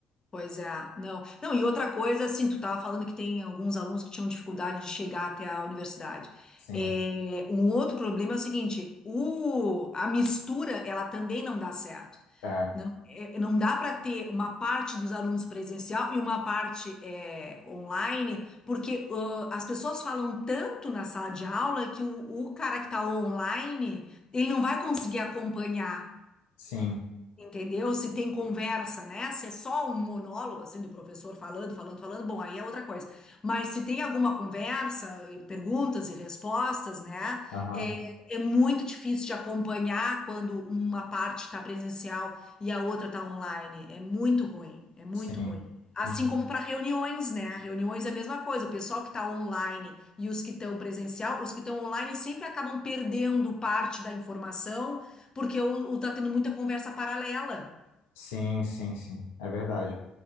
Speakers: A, on the left (about 25°); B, on the left (about 80°).
A: Pois é, não. Não, e outra coisa, assim, tu tava falando que tem alguns alunos que tinham dificuldade de chegar até a universidade.
B: sim,
A: É, um outro problema é o seguinte, o, a mistura, ela também não dá certo.
B: é,
A: Não, é, não dá para ter uma parte dos alunos presencial e uma parte é, online, porque ãh, as pessoas falam tanto na sala de aula que o, o cara que está online, ele não vai conseguir acompanhar.
B: sim.
A: Entendeu? Se tem conversa, né? Se é só um monólogo, assim, do professor falando, falando, falando, bom, aí é outra coisa. Mas se tem alguma conversa, eh, perguntas e respostas, né?
B: Aham.
A: É, é muito difícil de acompanhar quando uma parte está presencial e a outra está online. É muito ruim, é muito
B: Sim.
A: ruim. Assim
B: Uhum.
A: como para reuniões, né? Reuniões é a mesma coisa. O pessoal que está online e os que estão presencial, os que estão online sempre acabam perdendo parte da informação, porque o, o tá tendo muita conversa paralela.
B: Sim, sim, sim. É verdade.